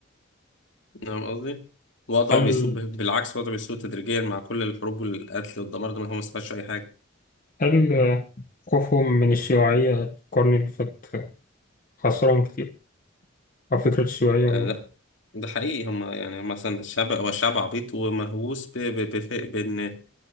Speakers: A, on the left (about 65°); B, on the left (about 40°).
A: فاهم قصدي وضعه
B: هل
A: بيسوء بالعكس وضعه بيسوء تدريجيا مع كل الحروب والقتل والدمار ده ما هو ما استفادش اي حاجه
B: هل خوفهم من الشيوعية في القرن اللي فات خسرهم كتير او فكرة الشيوعية
A: آه لا ده حقيقي هم يعني هم مثلا الشعب هو الشعب عبيط ومهووس ب- ب- بف- بان